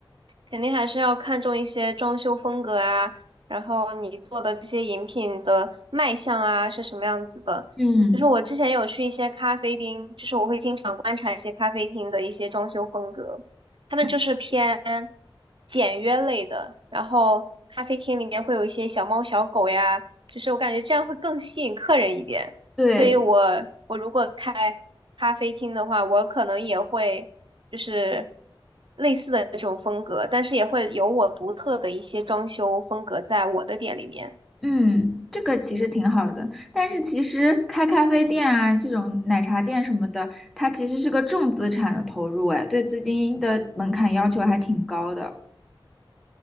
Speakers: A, on the right; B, in the centre.
A: 肯定还是要看重一些装修风格啊，然后你做的这些饮品的卖相啊是什么样子的。
B: 嗯，
A: 就是我之前有去一些咖啡厅，就是我会经常观察一些咖啡厅的一些装修风格，他们就是偏
B: 嗯，
A: 简约类的，然后咖啡厅里面会有一些小猫小狗呀，就是我感觉这样会更吸引客人一点。
B: 对。
A: 所以我我如果开咖啡厅的话，我可能也会。就是类似的这种风格，但是也会有我独特的一些装修风格在我的店里面。
B: 嗯，这个其实挺好的，但是其实开咖啡店啊，这种奶茶店什么的，它其实是个重资产的投入，哎，对资金的门槛要求还挺高的。